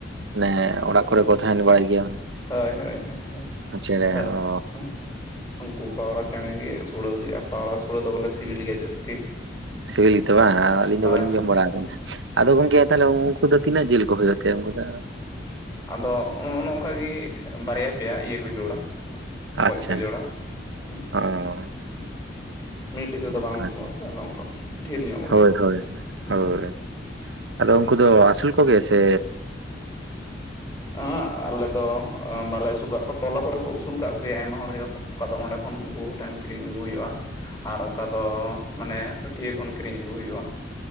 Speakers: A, on the right; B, on the left.
A: ᱢᱟᱱᱮ ᱚᱲᱟᱜ ᱠᱚᱨᱮ ᱠᱚ, ᱛᱟᱦᱮᱱ ᱵᱟᱲᱟᱭ ᱜᱮᱭᱟ᱾
B: ᱦᱳᱭ, ᱦᱳᱭ, ᱦᱳᱭ,
A: ᱪᱮᱬᱮ
B: ᱦᱳᱭ
A: ᱚ
B: ᱦᱸ ᱩᱱᱠᱩ ᱯᱟᱣᱨᱟ ᱪᱮᱬᱮᱸ ᱜᱮ ᱥᱩᱲᱟᱹᱦᱩᱭᱩᱼᱜ ᱟ ᱾ ᱯᱟᱣᱨᱟ ᱥᱩᱲᱟᱹ ᱫᱚ ᱵᱚᱞᱮ ᱥᱤᱵᱤᱞ ᱜᱮᱭᱟ ᱡᱟᱹᱥᱛᱤ᱾
A: ᱥᱤᱵᱤᱞ ᱜᱮᱛᱚ ᱵᱟᱝ, ᱟᱞᱤᱧ ᱫᱚ
B: ᱦᱳᱭ
A: ᱵᱞᱤᱧ
B: ᱦᱳᱭ
A: ᱡᱚᱢ ᱵᱟᱲᱟ ᱟᱠᱟ ᱟ ᱱᱟᱜ? ᱟᱫᱚ ᱜᱚᱝᱠᱮ
B: ᱦᱮᱸ
A: ᱛᱟᱦᱚᱞᱮ ᱩᱱᱠᱩ ᱫᱚ, ᱛᱤᱱᱟᱹᱜ ᱡᱤᱞ ᱠᱚ ᱦᱩᱭᱩᱼᱜ ᱛᱟᱭᱟ ᱾ᱩᱱᱠᱩ ᱫᱚ
B: ᱟᱫᱚᱜ ᱚᱱ ᱚᱝᱠᱟᱜᱤ ᱵᱟᱨᱭ-ᱟ ᱯᱮᱭ-ᱟ ᱤᱭᱟᱹ ᱠᱚ ᱡᱳᱲᱟ᱾ ᱜᱚᱡ
A: ᱟᱪᱪᱷᱟ
B: ᱠᱚ ᱡᱚᱲᱟ ᱦᱸ
A: ᱚ
B: ᱢᱤᱫᱴᱤᱡ ᱛᱮᱫᱚ
A: ᱚᱱᱠᱟ
B: ᱵᱟᱝ ᱠᱩᱞᱟᱹᱜᱼᱟ ᱥᱮ, ᱟᱫᱚ ᱚᱱᱠᱟ ᱰᱷᱮᱨ ᱧᱚᱜ ᱵᱚᱞᱮ
A: ᱦᱳᱭ ᱦᱳᱭ
B: ᱦᱮᱸ
A: ᱦᱳᱭ ᱟᱫᱚ ᱩᱱᱠᱩ ᱫᱚ, ᱟᱹᱥᱩᱞ ᱠᱚᱜᱮ ᱥᱮ
B: ᱟᱸ ᱟᱞᱮ ᱫᱚ ᱵᱟᱞᱮ ᱟᱹᱥᱩᱞ ᱠᱟᱜ ᱠᱚᱣᱟ ᱴᱚᱞᱟ ᱠᱚᱨᱮ ᱠᱚ ᱟᱹᱥᱩᱞ ᱠᱟᱜ ᱠᱚᱜᱮᱭᱟ ᱟᱭᱢᱟ ᱦᱚᱲᱜᱮ ᱾ ᱟᱫᱚ ᱚᱸᱰᱮ ᱠᱷᱚᱱ ᱜᱩ ᱴᱷᱮᱱ ᱠᱤᱨᱤᱧ ᱟᱹᱜᱩ ᱦᱩᱭᱩᱜᱼᱟ ᱟᱨ ᱚᱠᱟ ᱫᱚ ᱢᱟᱱᱮ ᱦᱟᱹᱴᱭᱟᱹ ᱠᱷᱚᱱ ᱠᱤᱨᱤᱧ ᱟᱹᱜᱩ ᱦᱩᱭᱩᱜᱼᱟ ᱾